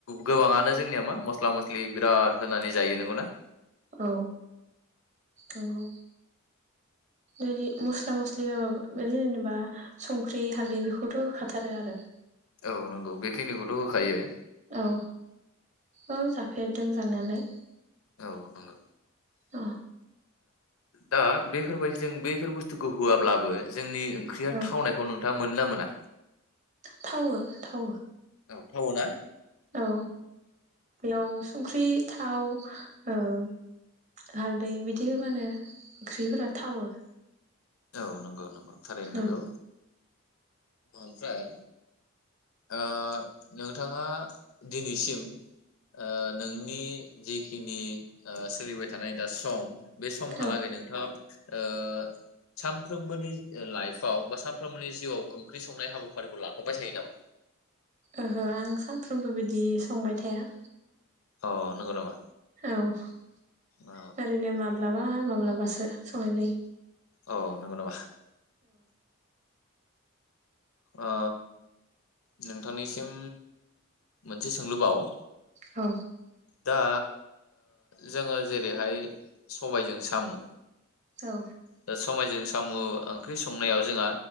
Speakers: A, on the left (about 85°); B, on the right (about 35°).
A: गोबाङानो जोंनिया मा मस्ला मस्लि बिराद होनानै जायो नंगौना?
B: औ नंगौ बि मस्ला मस्लिाबाबो बिनो जेनेबा संख्रि हालदै बेखौथ' खाथारो आरो।
A: औ नंगौ बेखिनिखौथ' होखायो।
B: औ औ जाफेरदों जानायालाय।
A: औ नंगौ।
B: औ
A: दा बेफोरबाय जों बैफोर बुस्थुखौ होआब्लाबो जोंनि ओंख्रिया
B: औ
A: थावनायखौ नोंथा मोनना मोना?
B: थावो थावो।
A: औ थावो ना?
B: औ बेयाव संख्रि थाव ओम हालदै बिदि होबानो ओंख्रिफोरा थावो।
A: औ नंगौ न थारैनो नोंगौ।
B: औ
A: ओमफ्राय ओ नोंथाङा दिनैसिम ओ नोंनि जिखिनि ओ सोलिबाय थानाय दा सम बे समहालागै
B: औ
A: नोंथाङा ओ सानफ्रोमबोनि लाइफआव बा सानफ्रोमबोनि जिउआव ओंख्रि संनाय हाबाफारिखौ लाखरबाय थायो नामा?
B: ओहो आं सानफ्रोमबो बिदि संबाय थाया।
A: अ नंगौ नामा?
B: औ ओरैनो
A: औ
B: माब्लाबा माब्लाबा समजायो
A: औ नंगौ नामा? ओ नोंथांनिसिम मोनसे सोंलुबाव
B: औ।
A: दा जोङो जेरैहाय सबायजों साम'।
B: औ
A: दा समायजों साम' ओंख्रि संनायाव जोंहा